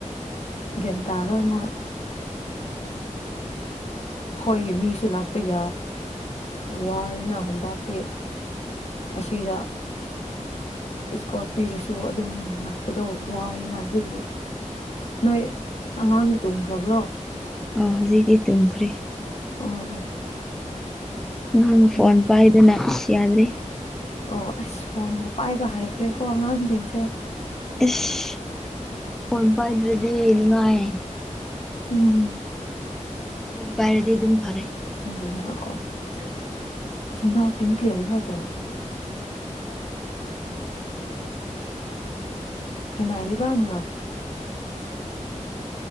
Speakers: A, on the left (about 55°); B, in the centre.
A: ꯒ꯭ꯌꯥꯟ ꯇꯥꯔꯣꯏ ꯃꯣꯏ ꯍꯣꯏꯒꯤ ꯃꯤꯁꯨ ꯂꯥꯛꯄ ꯌꯥ ꯋꯥꯑꯦꯅ ꯍꯟꯗꯥꯛꯇꯤ ꯑꯁꯤꯗ ꯏꯁꯀꯣꯔ ꯄꯤꯔꯥꯁꯨ ꯑꯗꯨꯝ ꯂꯥꯛꯄꯗꯣ ꯋꯥꯏꯑꯅ ꯑꯗꯨꯒꯤ ꯅꯣꯏ ꯑꯉꯥꯡꯗꯨ ꯇꯨꯝꯈ꯭ꯔꯕ꯭ꯔꯣ
B: ꯑ ꯍꯧꯖꯤꯛꯇꯤ ꯇꯨꯝꯈ꯭ꯔꯦ
A: ꯑꯣ
B: ꯅꯍꯥꯟ ꯐꯣꯟ
A: ꯎꯝ
B: ꯄꯥꯏꯗꯅ ꯏꯁ ꯌꯥꯗ꯭ꯦ
A: ꯑꯣ ꯑꯁ ꯐꯣꯟꯒ ꯄꯥꯏꯕ ꯍꯈ꯭ꯔꯦꯀꯣ ꯑꯉꯥꯡꯁꯤꯡꯁꯦ
B: ꯏꯁ ꯐꯣꯟ ꯄꯥꯏꯗ꯭ꯔꯗꯤ ꯅꯤꯉꯥꯏ
A: ꯎꯝ
B: ꯐꯣꯟ ꯄꯥꯏꯔꯗꯤ ꯑꯗꯨꯝ ꯐꯔꯦ
A: <unintelligible> ꯎꯝ ꯂꯤꯕꯥꯝꯉ <unintelligible>